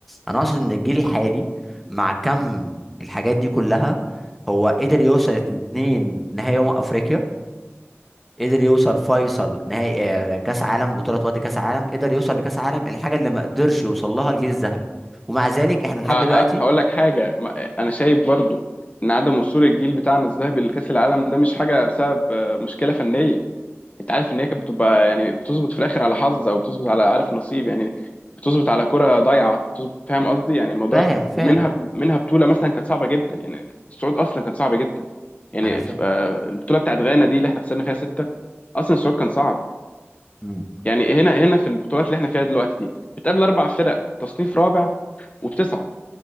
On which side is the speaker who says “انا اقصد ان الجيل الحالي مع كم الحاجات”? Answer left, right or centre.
Centre